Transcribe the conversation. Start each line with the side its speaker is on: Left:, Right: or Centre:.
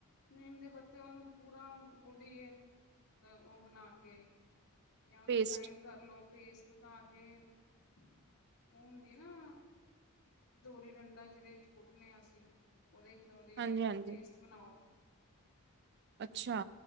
Left: ਨੀਮ ਦੇ ਬੱਤੇ ਉਹਨੂੰ ਪੂਰਾ ਉਹਦੀ ਉਹ ਬਣਾ ਕੇ ਜਾਂ ਉਹਨੂੰ
Right: ਪੇਸਟ
Left: ਗ੍ਰਾਇੰਡ ਕਰ ਲੋ ਪੇਸਟ ਬਣਾ ਕੇ ਉਹ ਹੁੰਦੀ ਨਾ ਦੋਰੀ ਡੰਡਾ ਜਿਹਦੇ ਚ ਕੁੱਟਨੇ ਆ ਅਸੀਂ ਉਹਦੇ ਚ ਉਹਦੀ
Right: ਹਾਂਜੀ ਹਾਂਜੀ
Left: ਪੇਸਟ ਬਣਾਓ
Right: ਅੱਛਾ